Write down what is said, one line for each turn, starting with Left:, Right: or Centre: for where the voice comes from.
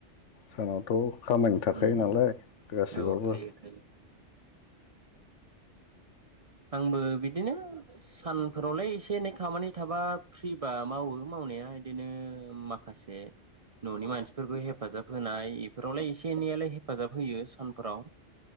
Left: सानावथ' खामानि थाखायो
Right: उम
Left: नालाय
Right: उम
Left: गासैबाबो
Right: औ थायो थायो आंबो बिदिनो सानफोरावलाय एसे एनै खामानि थाबा फ्रिबा मावो मावनाया इदिनो माखासे ननि मानसिफोरखौ हेफाजाब होनाय इफोरावलाय एसे एनैयालाय हेफाजाब होयो सानफोराव।